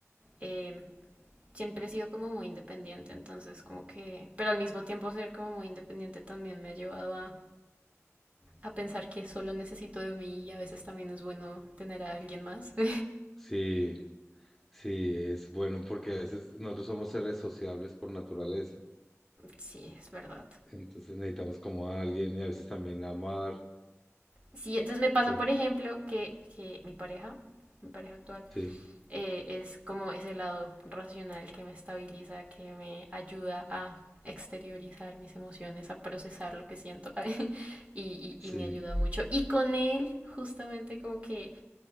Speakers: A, on the right; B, in the centre.
A: Eh, siempre he sido como muy independiente, entonces como que, pero al mismo tiempo ser como muy independiente también me ha llevado a, a pensar que solo necesito de mí y a veces también es bueno tener a alguien más. <laughs>
B: sí, sí, es bueno, porque a veces nosotros somos seres sociables por naturaleza,
A: sí, es verdad.
B: entonces necesitamos como a alguien y a veces también amar,
A: Sí, entonces me pasa,
B: ¿entendés?
A: por ejemplo, que, que mi pareja, mi pareja actual,
B: Sí,
A: eh, es como ese lado racional que me estabiliza, que me ayuda a exteriorizar mis emociones, a procesar lo que siento <laughs> y, y,
B: sí.
A: y me ayuda mucho. Y con él, justamente como que